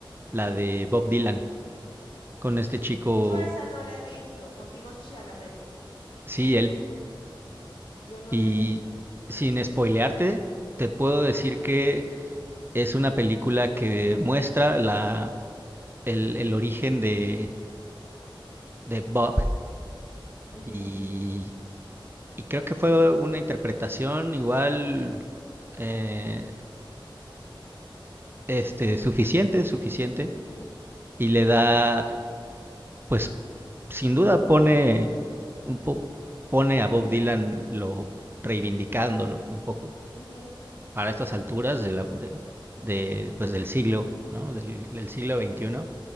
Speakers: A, on the right (about 25°); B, on the left (about 65°).
A: la de Bob Dylan, con este chico,
B: Yo esa no la he visto con Timothée Chalamet.
A: sí, él.
B: Yo no
A: Y
B: la he visto.
A: sin spoilearte, te puedo
B: Ujú,
A: decir que es una película que muestra la, el, el origen de, de Bob.
B: ujú,
A: Y, y creo que fue una interpretación igual eh, este, suficiente, suficiente.
B: ujú,
A: Y le da pues sin duda pone un po- pone a Bob Dylan lo reivindicándolo
B: ujú,
A: un poco
B: ujú,
A: para estas alturas de la, de, de, pues del siglo, ¿no? Del, del siglo veintiuno